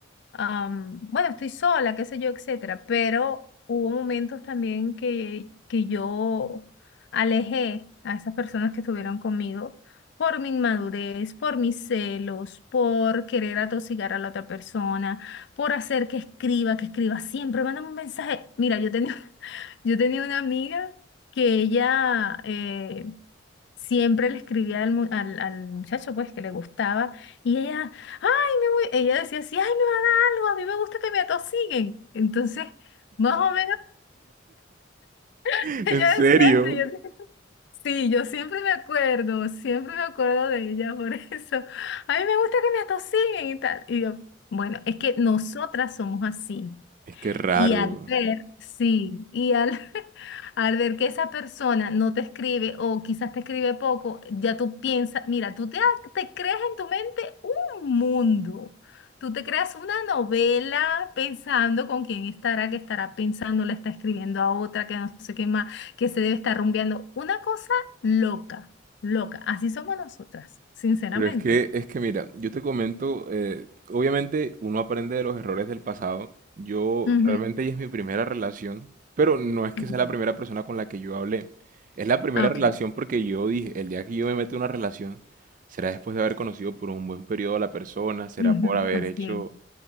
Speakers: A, on the left; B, on the right.
A: am, bueno, estoy sola, qué sé yo, etcétera, pero hubo momentos también que, que yo alejé a esas personas que estuvieron conmigo por mi inmadurez, por mis celos, por querer atosigar a la otra persona, por hacer que escriba, que escriba siempre, mándame un mensaje. Mira, yo tenía, <laughs> yo tenía una amiga que ella eh, siempre le escribía al, mu- al al muchacho pues que le gustaba y ella, ay, me voy, ella decía así, ay, no, algo, a mí me gusta que me atosiguen. Entonces, más o menos <laughs>
B: <laughs>
A: ella
B: ¿En serio?
A: decía, eso, y yo decía, sí, yo siempre me acuerdo, siempre me acuerdo de ella por <laughs> eso. A mí me gusta que me atosiguen y tal. Y yo, bueno, es que nosotras somos así.
B: Es que raro.
A: Y al ver, sí, y al, <laughs> al ver que esa persona no te escribe o quizás te escribe poco, ya tú piensas, mira, tú te, ha- te creas en tu mente un mundo. Tú te creas una novela pensando con quién estará, que estará pensando, le está escribiendo a otra, que no sé qué más, que se debe estar rumbeando. Una cosa loca, loca. Así somos nosotras, sinceramente.
B: Pero es que, es que mira, yo te comento, eh, obviamente uno aprende de los errores del pasado. Yo
A: Ujú.
B: realmente ella es mi primera relación, pero no es que
A: Ujú.
B: sea la primera persona con la que yo hablé. Es la primera
A: Ah, Ok.
B: relación porque yo dije, el día que yo me meto en una relación, será después de haber conocido por un buen periodo a la persona, será
A: Ujú,
B: por haber
A: Así
B: hecho
A: es.